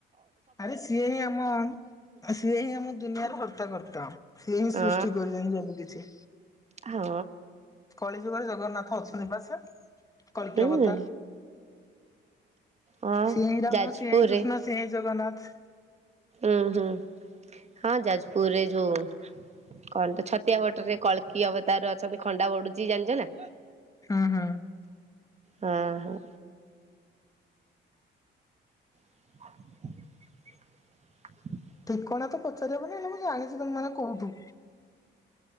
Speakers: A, on the left; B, on the right.
A: ଆରେ ସିଏ ହିଁ ଆମ। ସିଏ ହିଁ ଆମ ଦୁନିଆରେ ହର୍ତ୍ତା କର୍ତ୍ତା ସିଏ ହିଁ
B: ହଁ
A: ସୃଷ୍ଟି କରିଛନ୍ତି ସବୁ କିଛି।
B: ହଁ।
A: କଳି ଯୁଗରେ ଜଗନ୍ନାଥ ଅଛନ୍ତି ପା ସେ କଳକିଅବତାର।
B: ହୁଁ ହଁ
A: ସିଏ ହିଁ ରାମ
B: ଯାଜପୁରରେ
A: ସିଏ ହିଁ କୃଷ୍ଣ ସିଏ ହିଁ ଜଗନ୍ନାଥ।
B: ଉଁ ହୁଁ ହଁ ଯାଜପୁରରେ ଯୋଉ। କଣ ତ ଛତିଆ ବଟରେ କଳକି ଅବତାର ଅଛନ୍ତି। ଖଣ୍ଡା ବଢ଼ୁଛି ଜାଣିଛ ନା?
A: ହୁଁ ହୁଁ।
B: ହଁ ହଁ। <inaudible>
A: ଠିକଣା ତ ପଚାରି ହବନି ହେଲେ ମୁଁ ଜାଣିଛି ତମ ମାନେ କଉଠୁ।